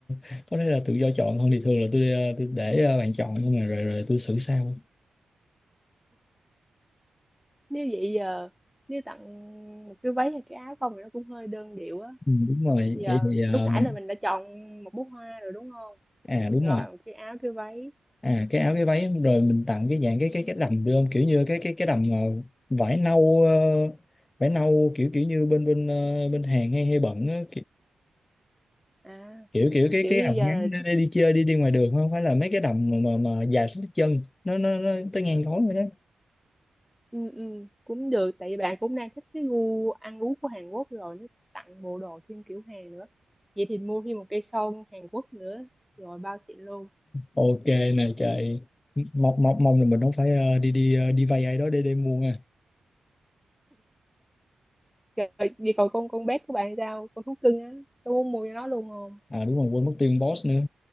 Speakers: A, on the left (about 30°); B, in the centre.
A: ờ, có thể là tự do chọn hơn thì thường là tôi, ờ, tôi để ờ, bạn chọn nhưng mà rồi rồi tôi xử sau
B: nếu vậy giờ nếu tặng một cái váy hay cái áo không thì nó cũng hơi đơn điệu á
A: ừ, đúng rồi
B: giờ
A: vậy thì ờ,
B: lúc nãy
A: mình
B: là mình đã chọn một bó hoa rồi đúng không
A: à đúng
B: rồi
A: rồi
B: một cái áo cái váy
A: à cái áo cái váy rồi mình tặng cái dạng cái cái cái đầm được không kiểu như cái cái cái đầm ờ, vải nâu ờ, vải nâu kiểu kiểu như bên bên ờ, bên Hàn hay hay bận á,
B: à
A: kiểu kiểu cái
B: kiểu
A: cái
B: như
A: đầm
B: giờ
A: ngắn
B: là
A: để,
B: thích
A: để đi chơi đi đi ngoài đường không phải là mấy cái đầm mà mà, mà dài xuống tới chân nó nó nó tới ngang gối rồi đó
B: ừ, ừ, cũng được tại vì bạn cũng đang thích cái gu ăn uống của Hàn Quốc rồi nếu tặng bộ đồ thêm kiểu Hàn nữa vậy thì mua thêm một cây son Hàn Quốc nữa rồi bao xịn luôn
A: ok này trời mong mong mong là mình không phải ờ, đi đi ờ, đi vay ai đó để để mua nha
B: Trời, vậy còn con con bé của bạn sao con thú cưng á tôi muốn mua cho nó luôn không
A: à đúng rồi quên mất tiền boss nữa